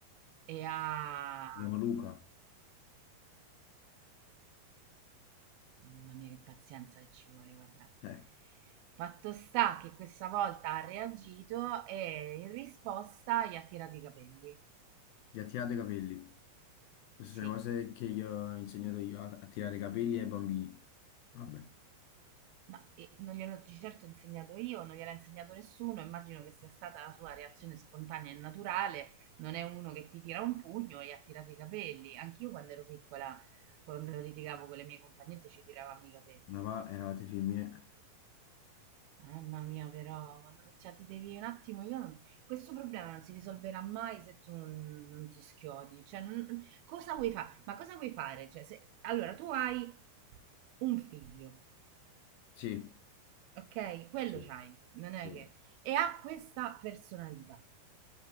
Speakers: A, on the right; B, on the left.
A: e ha...
B: Si chiama Luca.
A: Mamma mia, che pazienza che ci vuole, guarda.
B: Eh.
A: Fatto sta che questa volta ha reagito e in risposta gli ha tirato i capelli.
B: Ti ha tirato i capelli. Queste
A: Sì,
B: sono le cose che gli ho insegnato io a, a tirare i capelli ai bambini. Vabbè,
A: Ma eh, non gliel'ho di certo insegnato io, non gliel'ha insegnato nessuno, immagino che sia stata la sua reazione spontanea e naturale, non è uno che ti tira un pugno e ha tirato i capelli. Anch'io quando ero piccola, quando litigavo con le mie compagnette, ci tiravamo i capelli.
B: ma va, eravate femmine.
A: Mamma mia, però, ma no- cioè, ti devi un attimo, io non... questo problema non si risolverà mai se tu non, non ti schiodi. Cioè, non- cosa vuoi fare? Ma cosa vuoi fare? Cioè, se... Allora, tu hai un figlio.
B: Sì,
A: Okay? Quello
B: sì,
A: c'hai, non
B: sì.
A: è che e ha questa personalità.